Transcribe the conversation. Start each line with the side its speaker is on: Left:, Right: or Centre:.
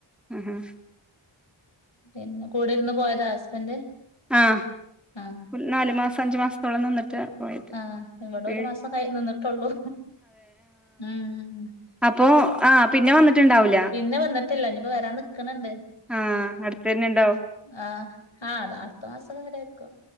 Centre: ആഹാ
Left: പിന്നെ കുടിര്ന്ന് പോയതാ ഹസ്ബൻഡ്?
Centre: ആഹ് ആഹ്
Left: ആഹ്.
Centre: നാല് മാസം അഞ്ച് മാസത്തോളം നിന്നിട്ട്. പോയത്
Left: ആഹ് ഇവടെ
Centre: വീ
Left: ഒരു മാസം കയ് നിന്നിട്ടൊള്ളൂ. ഉം
Centre: അപ്പോ ആഹ് പിന്നെ വന്നിട്ടുണ്ടാവുലാ.
Left: പിന്നെ വന്നിട്ടില്ല ഇഞ്പ്പം വരാൻ നിക്ണ് ണ്ട്.
Centre: ആഹ് അടുത്തന്നെ ഉണ്ടാവും
Left: ആഹ് ആഹ് അത് അടുത്ത മാസൊക്കെ വര്വായിരിക്കും.